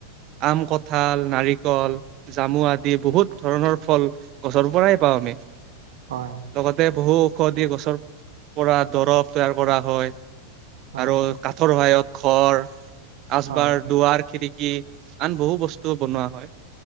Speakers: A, on the right (about 35°); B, on the right (about 60°).
A: আম কঠাল নাৰিকল জামু আদি বহুত ধৰণৰ ফল গছৰ পৰাই পাওঁ।
B: হয়,
A: বহু ঔষধি গছৰ পৰা দৰৱ তৈয়াৰ কৰা হয়।
B: হয়,
A: আৰু কাঠৰ সহায়ত ঘৰ আচবাৰ
B: হয়,
A: দুৱাৰ খিৰিকী আন বহু বস্তু বনোৱা হয়।